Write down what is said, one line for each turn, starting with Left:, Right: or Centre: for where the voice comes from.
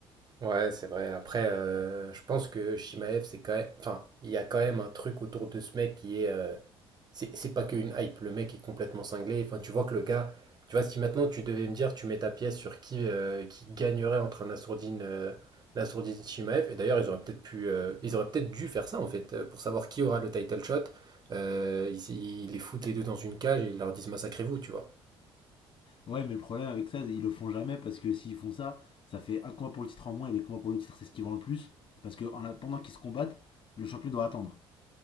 Right: Ouais, c'est vrai. Après, euh, je pense que Shimaev, c'est quand même... Enfin, il y a quand même un truc autour de ce mec qui est... euh, C'est c'est pas qu'une hype, le mec est complètement cinglé. Enfin, tu vois que le gars, tu vois, si maintenant tu devais me dire, tu mets ta pièce sur qui, euh, qui gagnerait entre un Nassourdine, euh, Nassourdine Chimaev, et d'ailleurs, ils auraient peut-être pu, euh, ils auraient peut-être dû faire ça en fait, euh, pour savoir qui aura le title shot. Euh, ils, ils les foutent les deux dans une cage et ils leur disent massacrez-vous, tu vois.
Left: Ouais, mais le problème avec ça, ils le font jamais parce que s'ils font ça, ça fait un combat pour le titre en moins et les combats pour le titre, c'est ce qui vend le plus. Parce que en attendant qu'ils se combattent, le champion doit attendre.